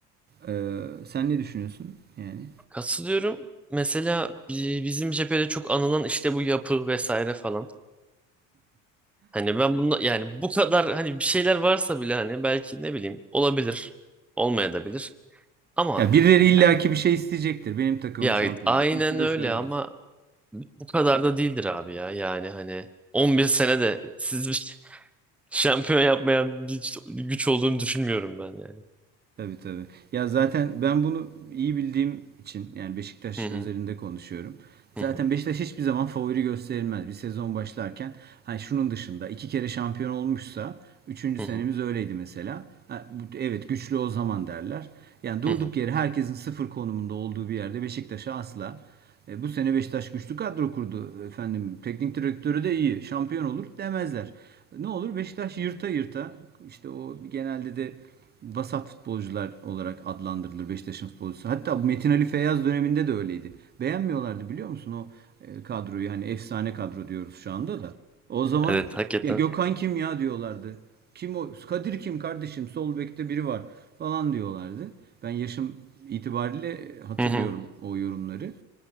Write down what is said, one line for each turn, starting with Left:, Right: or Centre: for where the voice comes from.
Right: Ee, sen ne düşünüyorsun yani?
Centre: Katılıyorum. Mesela bi- bizim cephede çok anılan işte bu yapı vesaire falan. Hani ben bunu yani bu kadar hani bir şeyler varsa bile hani belki ne bileyim olabilir olmayabilir ama
Right: Ya birileri illaki
Centre: yani,
Right: bir şey isteyecektir. Benim takımım
Centre: ya
Right: şampiyon
Centre: aynen
Right: olsun. Şu da
Centre: öyle
Right: şöyle
Centre: ama
Right: olsun.
Centre: Bu kadar da değildir abi ya. Yani hani 11 sene de siz bir <laughs> şampiyon yapmayan bir güç olduğunu düşünmüyorum ben yani.
Right: Tabii tabii. Ya zaten ben bunu iyi bildiğim için yani Beşiktaş
Centre: Hı hı,
Right: özelinde konuşuyorum. Zaten
Centre: hı hı,
Right: Beşiktaş hiçbir zaman favori gösterilmez. Bir sezon başlarken hani şunun dışında iki kere şampiyon olmuşsa üçüncü
Centre: hı
Right: senemiz
Centre: hı,
Right: öyleydi mesela. Ha, bu- evet güçlü o zaman derler. Yani durduk
Centre: hı hı.
Right: yere herkesin sıfır konumunda olduğu bir yerde Beşiktaş'a asla E, bu sene Beşiktaş güçlü kadro kurdu efendim. Teknik direktörü de iyi. Şampiyon olur demezler. Ne olur Beşiktaş yırta yırta işte o genelde de vasat futbolcular olarak adlandırılır Beşiktaş'ın futbolcusu. Hatta Metin Ali Feyyaz döneminde de öyleydi. Beğenmiyorlardı biliyor musun o e, kadroyu hani efsane kadro diyoruz şu anda da. O zaman
Centre: Evet hakikaten.
Right: ya Gökhan kim ya diyorlardı. Kim o? Kadir kim kardeşim? Sol bekte biri var falan diyorlardı. Ben yaşım itibariyle hatırlıyorum
Centre: Hı hı,
Right: o yorumları.